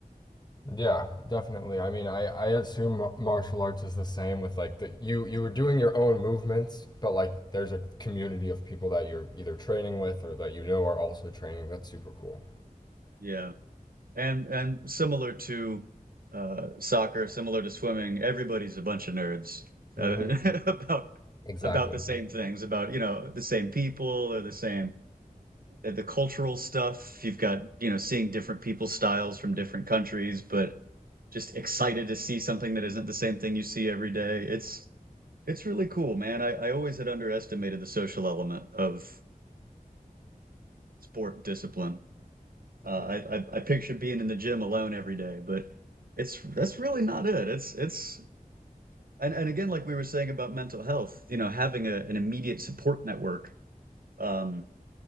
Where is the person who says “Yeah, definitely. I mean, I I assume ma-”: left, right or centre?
Left